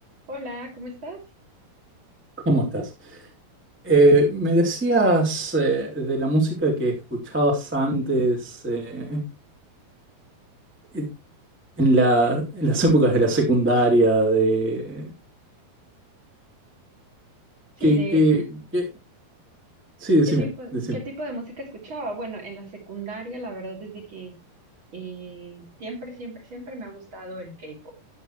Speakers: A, on the right; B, in the centre.
A: Hola, ¿cómo estás?
B: ¿Cómo estás? Eh, me decías eh, de la música que escuchabas antes, eh, eh, en la- en las épocas de la secundaria, de...
A: Sí,
B: ¿Qué,
A: de
B: qué, qué? Sí, decime,
A: qué tipo,
B: decime.
A: qué tipo de música escuchaba. Bueno, en la secundaria, la verdad es de que eh, siempre, siempre, siempre me ha gustado el K-pop.